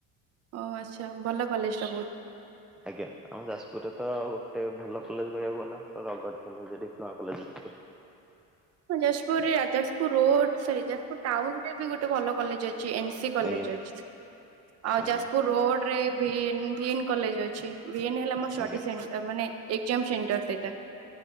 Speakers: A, on the right; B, in the centre.
A: ଓ ଆଚ୍ଛା ଭଲ କଲେଜ୍ ଟା ବହୁତ୍।
B: ଆଜ୍ଞା ଆମ ଯାଜପୁରରେ ତ ଗୋଟେ ଭଲ କଲେଜ୍ କହିବାକୁ ଗଲେ ରଗଡ଼ି କଲେଜ୍ ଡିପ୍ଲୋମା କଲେଜ
A: ହଁ ଯାଜପୁର ରେ Jajpur road sorry Jajpur town ରେ ବି ଗୋଟେ ଭଲ କଲେଜ୍ ଅ ଏନ୍ ସି କଲେଜ୍
B: ଆଜ୍ଞା
A: ଅଛି ଆଉ
B: ଆଜ୍ଞା
A: ଯାଜପୁର ରୋଡ ରେ V N V N college ଅ ଛି ଭି ଏନ୍ ହେଲା ମ ଷ୍ଟଡିସେଣ୍ଟର
B: ଆଜ୍ଞା
A: ମାନେ ଏକ୍ଜାମ୍ ସେଣ୍ଟର ସେଇଟା।